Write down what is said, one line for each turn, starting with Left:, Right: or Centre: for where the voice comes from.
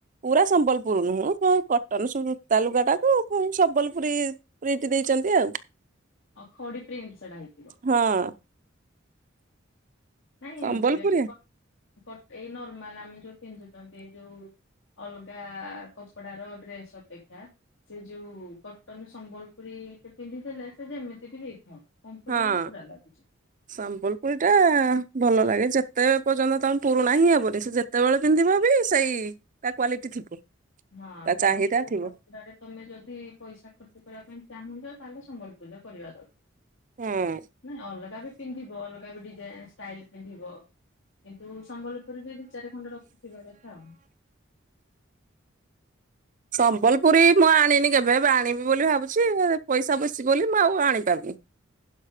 Right: ପୁରା ସମ୍ବଲପୁର ନୁହଁ କ କଟନ ସୂ ତା ଲୁଗା ଟାକୁ ସମ୍ବଲପୁରୀ। ପ୍ରିଣ୍ଟ ଦେଇଛନ୍ତି ଆଉ।
Left: ଅ ଖଡି ପ୍ରିଣ୍ଟ ସେଟା ହେଇଥିବ।
Right: ହଁ।
Left: ନାଇଁ ଏମିତିରେ
Right: ସମ୍ବଲପୁରୀ
Left: କ କଟ ଏଇ ନର୍ମାଲ ଆମେ ଯଉ ପିନ୍ଧୁଛନ୍ତି ଏ ଯୋଉ ଅଲଗା କପଡାର ଡ୍ରେସ୍ ଅପେକ୍ଷା ସେ ଯୋଉ କଟନ ସମ୍ବଲପୁରୀ ପିନ୍ଧିଦେଲେ ସେ ଯେମିତି ବି ହେଇଥାଉ। କମ୍ଫର୍ଟେବଲ
Right: ହଁ।
Left: ପୁରା ଲାଗୁଛି।
Right: ସମ୍ବଲପୁରୀ ଟା ଭଲ ଲାଗେ, ଯେତେ ପର୍ଯ୍ୟନ୍ତ ତମେ ପୁରୁଣା ହିଁ ହବନି ସେ ଯେତେବେଳେ ପିନ୍ଧିବ ବି ସେଇ ତା କ୍ୱାଲିଟି ଥିବ।
Left: ହଁ
Right: ତା
Left: ତେଣୁ
Right: ଚାହିଦା
Left: କୋଉ
Right: ଥିବ
Left: କ ପଡ଼ାରାରେ ତମେ ଯଦି ପଇସା ଖର୍ଚ୍ଚ କରିବା ପାଇଁ ଚାହୁଁଛ, ତାହେଲେ ସମ୍ବଲପୂରିରେ କରିବା ଦରକାର।
Right: ହୁଁ।
Left: ନାଇଁ ଅଲଗା ବି ପିନ୍ଧିବ ଅଲଗା ବି ଡିଜାଇନ ଷ୍ଟାଇଲ ପିନ୍ଧିବ। କିନ୍ତୁ ସମ୍ବଲପୁରୀ ବି ଦି ଚାରି ଖଣ୍ଡ ରଖିଥିବା କଥା ଆଉ।
Right: ସମ୍ବଲପୁରୀ ମୁଁ ଆଣିନି କେବେ, ଏବେ ଆଣିବି ବୋଲି ଭାବୁଛି ପଇସା ବେଶ ବୋଲି ମୁଁ ଆଉ ଆଣିପାରୁନି।